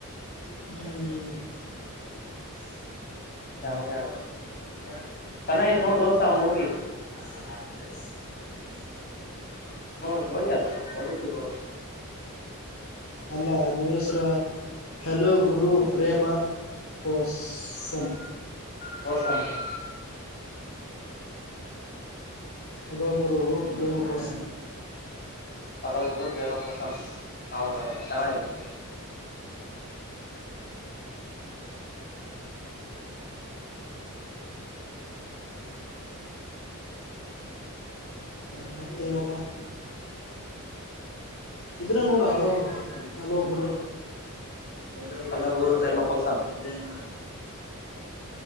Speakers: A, on the left; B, on the left.
A: ಹ್ಮ್
B: ಅವನೇ ಅವನೇ ಹೇಳೋದು
A: <inaudible>
B: ಚೆನ್ನಾಗಿತ್ ನೋಡ್ ದೋಸ್ತ ಆ ಮೂವಿ ನೋ ನೋಡಿ ಅಲ್ಲ ನೋಡಿದ್ದತ್ತು
A: ಅಲ್ಲ ಮು ಎಸರ ಹಲೋ ಗುರು ಪ್ರೇಮಕಸಂ
B: ಕೊಸಾಮಯ
A: ಅಲೋ ಗುರು ಪ್ರೇಮು ಭಷಣ
B: ಹಲಗುರು ಪ್ರೇಮಕಸಂ ಹೌದು ಚೆನ್ನಾಗವಿ
A: <inaudible> ಮತ್ತರಪ
B: ಹ
A: ಇದ್ರ ನೋಡ ಹಲೋ ಹಲೋ ಗು ಮ ಕ ಬಲದ
B: ಹಲಗುರು ಪ್ರೇಮ ಕೋಸಂ
A: ವಿಬನ